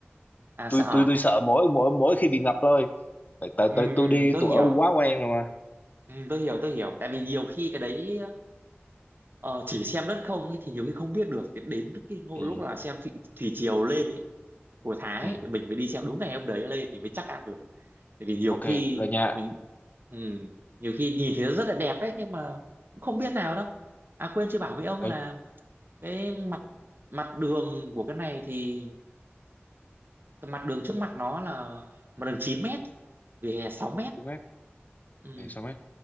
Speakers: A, on the right; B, on the left.
A: à
B: tôi
A: sợ à?
B: tôi tôi sợ mỗi mỗi mỗi khi bị ngập thôi tại tại
A: ừ,
B: tại tôi
A: ừ,
B: đi
A: tôi
B: tôi
A: hiểu
B: ở quá quen rồi mà
A: ừ, tôi hiểu tôi hiểu tại vì nhiều khi cái đấy ờ, chỉ xem đất không ấy, thì nhiều khi không biết được Thì đến cái hô-
B: ừ
A: lúc là xem thủy, thủy triều lên ấy, của Thái
B: ừ
A: ấy, mình mới đi xem đúng ngày hôm đấy lên thì mới chắc ăn được tại vì nhiều
B: ok
A: khi
B: rồi nha
A: mình ừ, nhiều khi nhìn thấy nó rất là đẹp đấy nhưng mà cũng không biết nào đâu à quên chưa bảo với ông
B: rồi
A: là cái mặt mặt đường của cái này thì cái mặt đường trước mặt nó là mặt đường 9 mét vỉa hè 6 mét
B: nhiêu mét
A: ừ,
B: Nè, sao mét